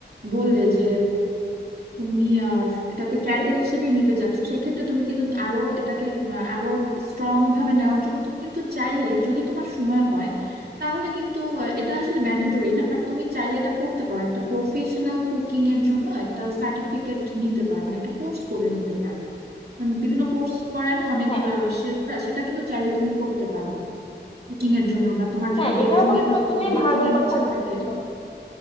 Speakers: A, on the right (about 60°); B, on the left (about 30°).
A: বললে যে তুমি আহ, এটাকে
B: হুম,
A: ক্যারিয়ার হিসেবেই নিতে চাচ্ছ সেক্ষেত্রে তুমি কিন্তু আরো এটাকে আহ, আরো স্ট্রং ভাবে নেওয়ার জন্য তুমি কিন্তু চাইলে যদি তোমার সময় হয় তাহলে কিন্তু আহ, এটা আসলে ম্যান্ডেটরি না বাট তুমি চাইলে এটা করতে পারো একটা প্রফেশনাল কুকিং এর জন্য একটা সার্টিফিকেট নিতে পারো মানে একটা কোর্স করে নিতে পারো উম, বিভিন্ন কোর্স করে না অনেক
B: হ্যাঁ
A: শেফরা সেটা কিন্তু চাইলে তুমি করতে পারো কুকিং এর জন্য বা তোমার যদি
B: হ্যাঁ
A: বেকিং
B: এটা অবশ্য
A: এর
B: তুমি
A: বেকিং
B: ভালো
A: এর
B: কথা
A: ইচ্ছা
B: বলেছো
A: থাকে